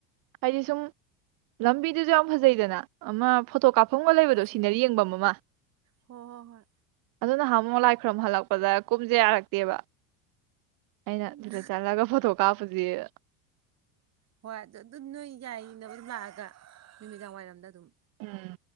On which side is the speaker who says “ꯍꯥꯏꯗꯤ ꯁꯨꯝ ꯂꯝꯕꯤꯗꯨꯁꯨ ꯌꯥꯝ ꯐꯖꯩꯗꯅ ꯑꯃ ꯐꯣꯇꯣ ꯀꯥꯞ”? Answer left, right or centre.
Right